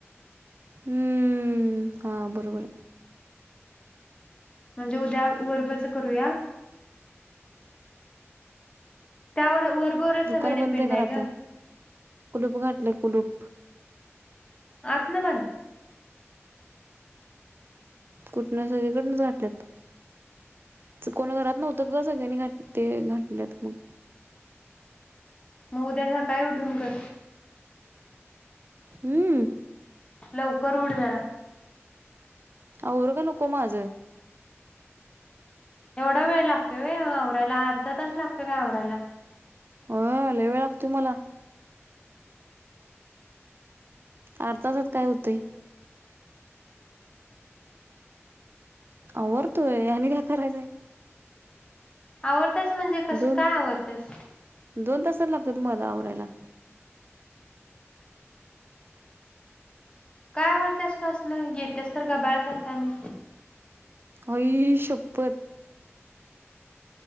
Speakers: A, on the right; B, on the left.
A: हम्म. हा बरोबराय.
B: म्हणजे उद्या वर्बच करूया. त्यावर वर्बवरच
A: दुकान
B: सगळं डिपेंडाय
A: बंद आहे का आता
B: ग
A: कुलूप घाटलय कुलूप.
B: आतन पण.
A: कुठन सगळीकडनच घाटल्यात. कोण घरात नव्हतं ग सगळ्यांनी घाट ते घाटल्यात मग.
B: मग उद्या सकाळी उठून कर.
A: हम्म.
B: लवकर उठ जरा.
A: आवरु का नको माज.
B: एवढा वेळ लागतो वय आऔऱ्याला अर्धा तास लागतोय काय आवऱ्याला.
A: होयहोय वेळ लागतोय मला. अर्ध्या तासात काय होतंय. आवरतोय आणि काय करायचंय.
B: आवरत्यास म्हणजे कस
A: दोन
B: काय आवरत्यास.
A: दोन तासात लागत्यात मला आवरायला.
B: काय आवरत्यास तु असल येत्यास तर गबाळ्यासारक आणि.
A: आई शप्पथ.